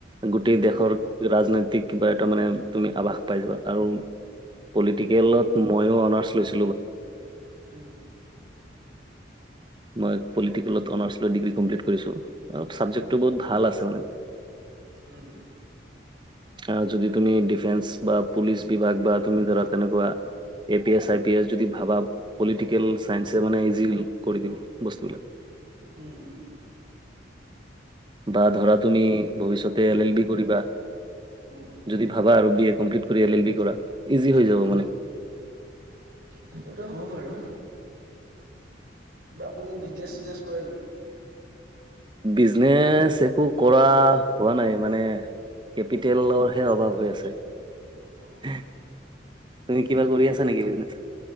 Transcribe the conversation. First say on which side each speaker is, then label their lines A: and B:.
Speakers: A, on the right; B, on the right.
A: গোটেই
B: উম
A: দেশৰ ৰাজনীতি কিবা এটা মানে তুমি আভাস পাই যাবা আৰু পলিটিকেলত ময়ো অনাৰ্চ লৈছো।
B: উম
A: মই পলিটিকেলত কমাৰ্চ লৈ ডিগ্ৰী কমপ্লিট কৰিছোঁ। অ চাবজেক্টটো
B: উম
A: বহুত ভাল আছে মানে।
B: উম
A: আহ যদি তুমি ডিফেন্স বা পুলিচ বিভাগ বা তুমি ধৰা। তেনেকুৱা A P S I P S যদি ভাবা পলিটিকেল চাইন্স মানে ইজি। কৰি দিব বস্তু গিলাক।
B: উম উম উম
A: বা ধৰা তুমি ভৱিষ্যতে এল এল বি কৰিবা।
B: উম
A: যদি ভাবা আৰু বি এ কমপ্লিট কৰি এল এল বি কৰা ইজি হৈ যাব
B: উম
A: মানে।
B: সেইটোতো হ'ব বাৰু কিবা আপুনি বিজনেচ চিজনেছ কৰে নেকি?
A: বিজনেচ একো কৰা হোৱা নাই মানে কেপিটেলৰহে
B: অঁ অঁ
A: অভাৱ হৈ আছে
B: অঁ
A: তুমি কিবা কৰি আছা? নেকি এইপিনে